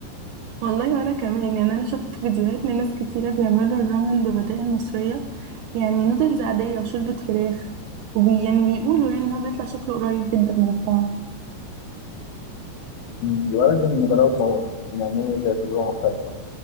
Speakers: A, on the right; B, on the left.
A: <laughs> والله وانا كمان يعني انا شفت فيديوهات لناس كتيره بيعملوا الرامن ببدائل مصريه يعني نودلز عاديه وشوربه فراخ وبي يعني بيقولوا يعني ان هو بيطلع شكله قريب جدا من الطعم
B: يبقى لازم نجربه سوا ونعمله زي تجربة مختلفة